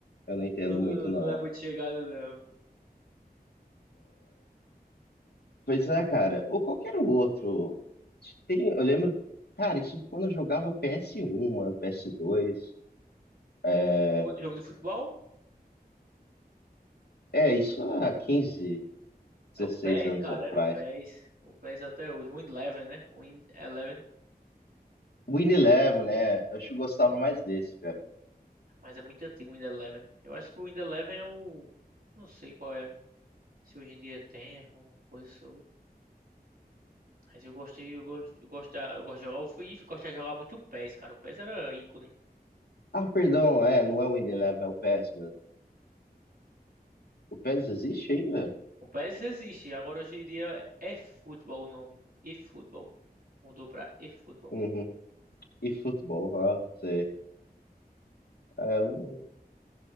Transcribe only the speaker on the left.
eu não entendo
muito, não.
Pois é, cara. Ou qualquer outro. Tem, eu lembro, cara, isso quando eu jogava PS1, mano, PS2. É,
é isso
há quinze
dezesseis
anos
atrás.
Win Eleven, né? Eu acho que eu gostava mais desse, cara.
Ah, perdão, é, não é o Win Eleven, é o PES mesmo. O PES existe ainda?
Uhum. E futebol, ah, sei. É, eu não-